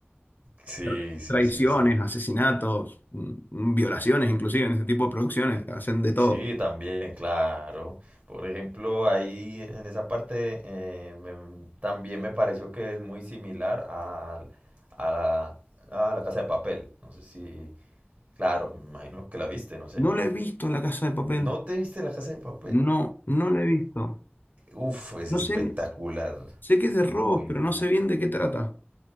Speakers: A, on the right; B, on the left.
A: Sí,
B: Tra-
A: sí,
B: Traiciones,
A: sí, sí.
B: asesinatos, mm, mm, violaciones, inclusive en este tipo de producciones, hacen de todo.
A: Sí, también, claro. Por ejemplo, ahí en esa parte eh, me- también me pareció que es muy similar al- a, la, a la Casa de Papel. No sé si, claro, me imagino que la viste, no sé.
B: No la he visto La Casa de Papel.
A: ¿No te viste la Casa de Papel?
B: No, no la he visto.
A: Uf, es espectacular.
B: No sé, sé que
A: Es
B: es de
A: muy
B: robos, pero
A: bueno.
B: no sé bien de qué trata.